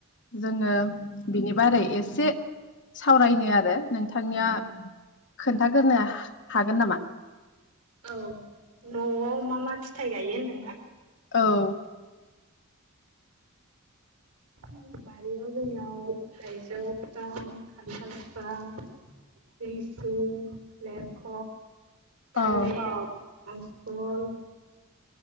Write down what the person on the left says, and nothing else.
जोङो बिनि बारै एसे सावरायनो आरो नोंथांनिया खोन्थागोरोनो हागोन नामा?
औ!
औ